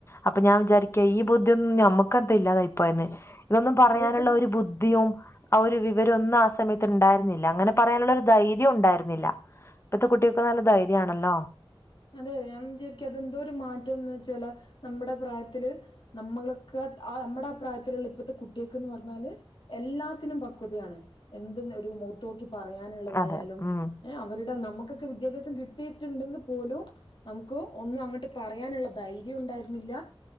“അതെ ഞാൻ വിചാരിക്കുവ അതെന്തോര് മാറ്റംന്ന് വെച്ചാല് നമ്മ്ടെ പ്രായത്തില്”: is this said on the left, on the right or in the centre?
Left